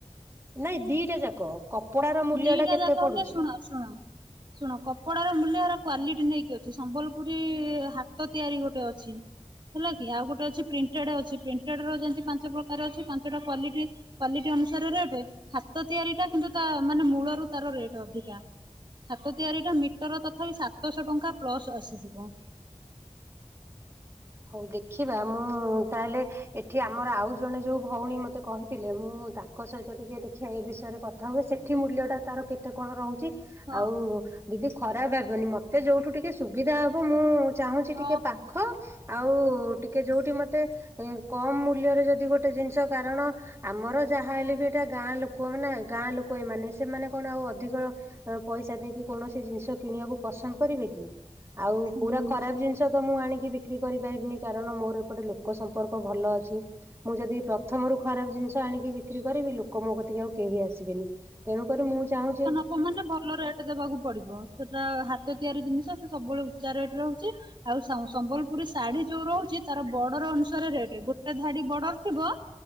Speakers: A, on the right; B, on the right.
A: ନାଇ ଦିଟା ଯାକ, କପଡାର ମୂଲ୍ୟ
B: ଦିଟା
A: ଟା କେତେ
B: ଯାକ ହେଲେ
A: ପଡୁଚି?
B: ଶୁଣ ଶୁଣ ଶୁଣ କପଡାର ମୂଲ୍ୟ ହେରା କ୍ଵାଲିଟି ନେଇକି ଅଛି, ସମ୍ବଲପୁରୀ ହାତ ତିଆରି ଗୋଟେ ଅଛି ହେଲା କି ଆଉ ଗୋଟେ ଅଛି ପ୍ରିଣ୍ଟେଡ୍ ଅଛି ପ୍ରିଣ୍ଟେଡ୍ ର ଯେମିତି ପାଞ୍ଚ ପ୍ରକାର ଅଛି ପାଞ୍ଚଟା କ୍ୱାଲିଟି କ୍ୱାଲିଟି ଅନୁସାରେ ରେଟ୍ ହାତ ତିଆରି ଟା କିନ୍ତୁ ତା ମାନେ ମୂଳରୁ ତାର ରେଟ୍ ଅଧିକା। ହାତ ତିଆରି ଟା ମିଟର ତଥାପି ସାତଶହ ଟଙ୍କା ପ୍ଲସ ଆସିଯିବ।
A: ହଉ ଦେଖିବା ମୁଁ ତାହେଲେ ଏଠି ଆମର ଆଉ ଜଣେ ଯୋଉ ଭଉଣୀ ମତେ କହିଥିଲେ ମୁଁ ତାଙ୍କ ସହିତ ଟିକେ ଦେଖିଆ ଏ ବିଷୟରେ କ କଥା ହୁଏ ସେଠି ମୂଲ୍ୟଟା ତାର କେତେ କଣ ରହୁଚି?
B: ହଁ
A: ଆଉ ଦିଦି ଖରାପ ଭାବିବନି ମତେ ଯୋଉଠୁ ଟିକେ ସୁବିଧା ହବ ମୁଁ ଚାହୁଁଚି
B: ହଁ
A: ଟିକେ ପାଖ
B: ହଁ
A: ଆଉ ଟିକେ ଯୋଉଠି ମତେ ହୁଁ କମ୍ ମୂଲ୍ୟରେ ଯଦି ଗୋଟେ ଜିନିଷ କାରଣ ଆମର ଯାହାହେଲେ ବି ଏଟା ଗାଁ ଲୋକ ମାନେ ଗାଁ ଲୋକ ଏମାନେ ସେମାନେ କଣ ଆଉ ଅଧିକ ପଇସା ଦେଇକି କୌଣସି ଜିନିଷ କିଣିବାକୁ ପସନ୍ଦ କରିବେ କି? ଆଉ
B: ହୁଁ।
A: ପୁରା ଖରାପ୍ ଜିନିଷ ତ ମୁଁ ଆଣିକି ବି ବିକ୍ରି କରିପାରିବିନି କାରଣ ମୋର ଏପଟେ ଲୋକ ସମ୍ପର୍କ ଭଲ ଅଛି। ମୁଁ ଯଦି ପ୍ରଥମରୁ ଖରାପ୍ ଜିନିଷ ଆଣିକି ବିକ୍ରି କରିବି ଲୋକ ମୋ କତିକି ଆଉ କେହି ଆସିବେନି। ତେଣୁକରି ମୁଁ ଚାହୁଁଚି
B: ଲୋକମାନେ ଭଲ ରେଟ୍ ଦବାକୁ ପଡିବ ସେଟା ହାତ ତିଆରି ଜିନିଷ ସେ ସବୁବେଳେ ଉଚ୍ଚା ରେଟ ରହୁଚି ଆଉ ସ ସମ୍ବଲପୁରୀ ଶାଢୀ ଯୋଉ ରହୁଚି ତାର ବର୍ଡର ଅନୁସାରେ ରେଟ୍ ଗୋଟେ ଧଡି ବର୍ଡର ଥିବ